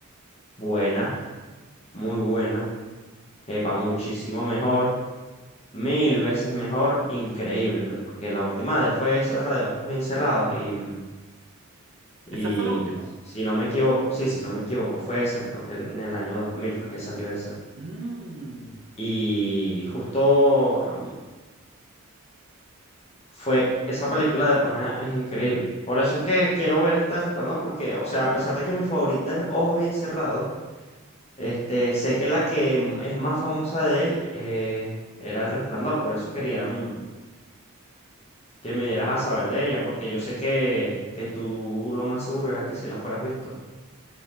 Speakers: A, on the left; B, on the right.
A: buenas, muy buenas, epa,
B: Ok.
A: muchísimo mejor, mil veces mejor, increíble, pues, porque la última de él fue esa, la de Ojos Bien Cerrados, y, mm, y
B: Esa fue la última.
A: si no me equivoco, sí, si no me equivoco, fue esa, creo que en el año 2000 fue que salió esa.
B: Mm,
A: Y justo ajá, fue, esa película de Pana es increíble. Por eso es que quiero ver esta del Resplandor, porque, o sea, a pesar de que mi favorita es Ojos Bien Cerrados, este, sé que la que m- es más famosa de él eh, era El Resplandor. Por eso quería mm, que me dieras a saber de ella, porque yo sé que, que tú lo más seguro era que si la fueras visto.